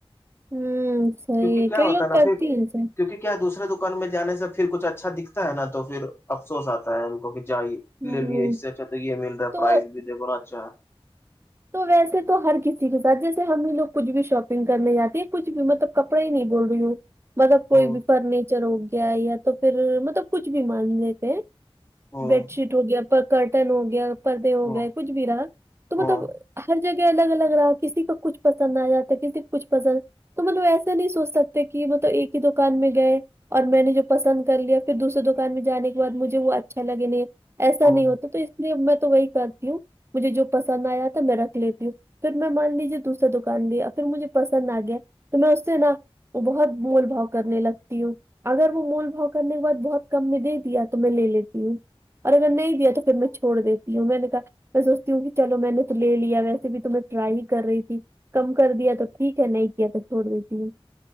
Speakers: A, on the right; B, on the left.
A: ہوں سی
B: کیونکہ
A: ہے
B: کیا
A: کئی
B: ہوتا
A: لوگ
B: نا
A: کرتی
B: پھر
A: ہیںسے
B: کیونکہ کیا دوسرے دکان میں جانے سے پھر کچھ اچھا دکھتا ہے نا تو پھر افسوس آتا ہے ان کو کہ جائیے
A: ہوں
B: لے لیے اس سے اچھا تو یہ مل رہا ہے
A: تو
B: پرائز بھی دیکھو نا اچھا
A: تو ویسے تو ہر کسی کے ساتھ جیسے ہم ہی لوگ کچھ بھی شاپنگ کرنے جاتے ہیں کچھ بھی مطلب کپڑے ہی نہیں بول رہی ہوں مطلب کوئی
B: ہوں
A: بھی فرنیچر ہو گیا یا تو پھر مطلب کچھ بھی مان لیتے ہیں
B: ہوں
A: بیڈ شیٹ ہو گیا پر کرٹن ہو گیا پردے ہو
B: ہوں
A: گئے کچھ بھی رہا تو
B: ہوں
A: مطلب ہر جگہ الگ الگ رہا کسی کو کچھ پسند آ جاتا کسی کو کچھ پسند تو مطلب ایسا نہیں سوچ سکتے کہ مطلب ایک ہی دکان میں گئے اور میں نے جو پسند کر لیا پھر دوسرے دکان میں جانے کے بعد مجھے وہ اچھا لگے گ ایسا
B: ہوں
A: نہیں ہوتا تو اس لیے میں تو وہی کرتی ہوں مجھے جو پسند آیا تو میں رکھ لیتی ہوں پھر میں مان لیجیے دوسرری دکان دیا پھر مجھے پسند آ گیا تو میں اس سے نا بہت بھول بھؤ کرنے لگتی ہوں اگر وہ مول بھاؤ کرنے کے بعد بہت کم میں دے دیا تو میں لے لیتی ہوں اور اگر نہیں تو پھر
B: ہاں
A: میں چھوڑ دیتی ہوں میں نے کہا میں سوچتی ہوں کہ چلو میں نے تو لے لیا ویسے بھی تو میں ٹرائی ہی کر رہی تھی کم کر دیا تو ٹھیک ہے نہیں کیا تو چھوڑ دیتی ہوں